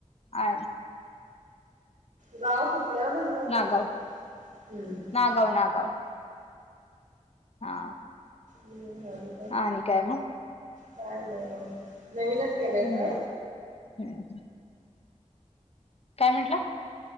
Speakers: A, on the left; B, on the right.
A: आ
B: गाव कुठल्या म्हणला तुमच
A: नागाव
B: हम्
A: नागाव नागाव हा
B: ह झाल.
A: ह न कायम.
B: काय नाही मग नवीनच केलंय
A: बोल
B: का?
A: हम्म काय म्हंटला?